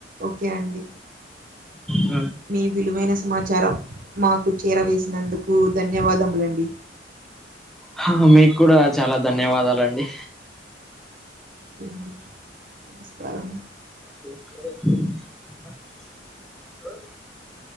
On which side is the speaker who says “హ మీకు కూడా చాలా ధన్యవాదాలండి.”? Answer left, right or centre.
Centre